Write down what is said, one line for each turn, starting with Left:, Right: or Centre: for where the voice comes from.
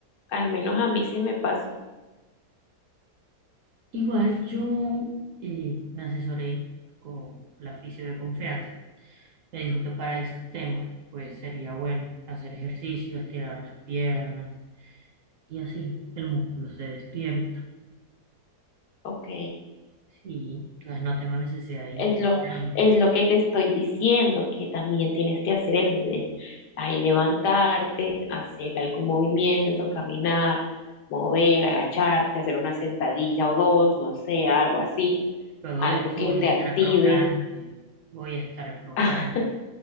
Left: al menos a mí sí me pasa,
Right: Igual yo eh, me asesoré con la fisio de confianza. Me dijo que para esos temas, pues sería bueno hacer ejercicio, estirar las piernas y así el músculo se despierta.
Left: ¿ok?
Right: Sí, entonces no tengo necesidad de inyectarme.
Left: Es lo, es lo que te estoy diciendo, que también tienes que hacer eso de ahí levantarte, hacer algún movimiento, caminar, mover, agacharte, hacer una sentadilla o dos, no sé, algo así,
Right: Luego
Left: algo
Right: de eso
Left: que
Right: voy a
Left: te
Right: estar
Left: active,
Right: crocante, voy a estar crocante.
Left: <laughs>